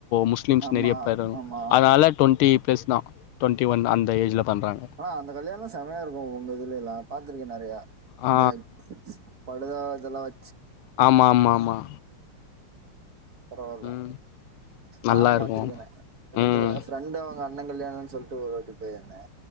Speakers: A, on the left; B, on the right.
A: முஸ்லிம்ஸ்
B: ஆமா
A: நிறைய பேர்
B: ஆமா
A: அதால டுவென்டி பிளஸ் தான் டுவென்டி ஒன் அந்த ஏஜ்ல பண்றாங்க.
B: ஆனா அந்த கல்யாண எல்லா செமையா இருக்கு உங்க இதுல எல்லா பாத்திருக்க நெறைய அந்த
A: ஆ
B: படு தா இதெல்லா வே
A: ஆமாமாமா
B: பரவால்ல
A: ம். நல்லா
B: நாலா
A: இருக்கும்.
B: பாத்திருக்கேனே ஓருத்தவ
A: ம்.
B: ஃப்ரெண்டு அவுங்க அண்ண கல்யாண சொல்ட்டு ஒரு வாட்டி போயிருந்தே